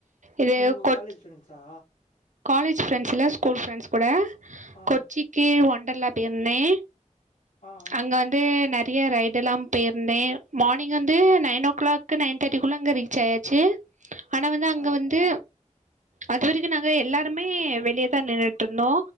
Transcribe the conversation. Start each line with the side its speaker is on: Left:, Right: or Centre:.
Right: இது
Left: உங்க
Right: கொ
Left: காலேஜ் ஃப்ரெண்ட்ஸா
Right: காலேஜ் ஃப்ரெண்ட்ஸ்ல்ல ஸ்கூல் ஃரெண்ட்ஸ் கூட
Left: ஆ
Right: கொச்சிக்கு ஒண்டர்லா போயிருந்தே
Left: ஆ
Right: அங்க வந்து நிறைய ரைடு எல்லா போயிருந்தே மார்னிங் வந்து நைன் ஓ கிளாக் நைன் தேர்ட்டிக்குள்ளே அங்க ரீச் ஆயாச்சு ஆனா வந்து அங்க
Left: ஆ
Right: வந்து அதுவரைக்கு நாங்க எல்லாருமே வெளியேதா நின்ட்டு இருந்தோ